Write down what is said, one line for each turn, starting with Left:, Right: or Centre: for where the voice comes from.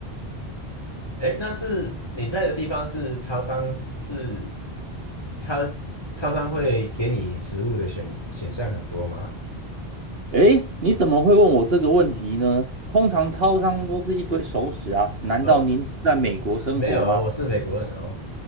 Left: 哎，那是你在的地方是超商，是超超商会给你食物的选选项很多吗？
Right: 诶，你怎么会问我这个问题呢？通常超商都是一堆熟食啊，难道您是在美国生活吗？
Left: 哦，没有哦我是美国人哦，